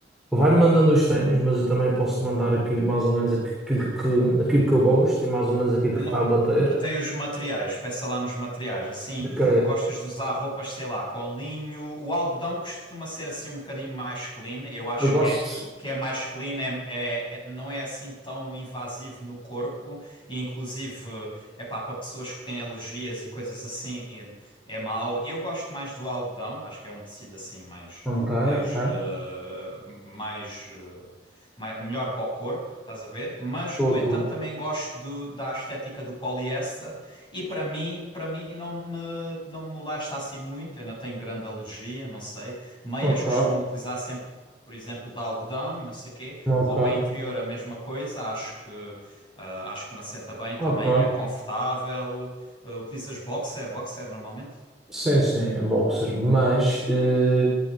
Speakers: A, in the centre; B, on the left.
A: vai-me mandando os ténis, mas eu também posso te mandar aquilo mais ou menos aquilo que, aquilo que eu gosto e mais ou menos aquilo
B: Uma...
A: que está a bater.
B: Até os materiais, pensa lá nos materiais. Assim,
A: ok
B: gostas de usar roupas, sei lá, com linho. O algodão costuma ser assim um bocadinho mais clean. Eu acho
A: eu gosto.
B: que é, que é mais clean, é, é- é- não é assim tão invasivo no corpo. E inclusive, é pá, para pessoas que têm alergias e coisas assim, é mau. Eu gosto mais do algodão, acho que é um tecido assim mais,
A: Ok, ok.
B: mais, eh, mais eh, mai- melhor para o corpo, estás a ver? Mas,
A: Estou,
B: no
A: estou.
B: entanto, também gosto do- da estética do poliéster e para mim, para mim não me, não me molesta assim muito, eu não tenho grande alergia, não sei. Meias
A: Ok,
B: costumo utilizar sempre, por exemplo, de algodão e não sei quê.
A: ok,
B: Roupa interior a mesma coisa, acho que ah, acho que me assenta bem também,
A: ok.
B: é confortável. Ah, utilizas boxer, boxer normalmente?
A: Sim, sim, é boxer. Mas
B: Ok.
A: eh,